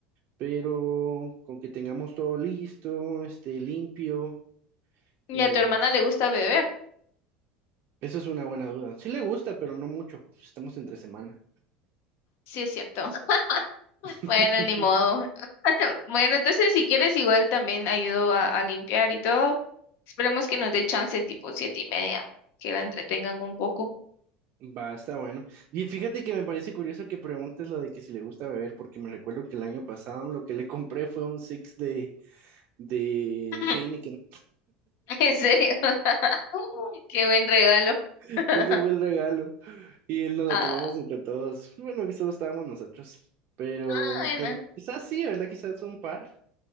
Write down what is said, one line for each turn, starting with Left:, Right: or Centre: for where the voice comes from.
Right: pero con que tengamos todo listo, este, limpio,
Left: Y
Right: eh,
Left: a tu hermana le gusta beber.
Right: eso es una buena duda. Sí le gusta, pero no mucho, pues, estamos entre semana.
Left: Sí, es cierto. <laughs>
Right: <laughs>
Left: Bueno, ni modo. <laughs> Bueno, entonces si quieres igual también ayudo a, a limpiar y todo. Esperemos que nos dé chance tipo siete y media, que la entretengan un poco.
Right: Va, está bueno. Y fíjate que me parece curioso que preguntes lo de que si le gusta beber, porque me recuerdo que el año pasado lo que le compré fue un six de, de
Left: <laughs>
Right: Heineken.
Left: En serio, <laughs> qué buen regalo.
Right: <laughs>
Left: <laughs>
Right: Ese fue el regalo. Y él nos
Left: Ah,
Right: la tomamos entre todos. Bueno, que solo estábamos nosotros. Pero,
Left: ah, bueno,
Right: pero quizás sí, ¿verdad? Quizás un par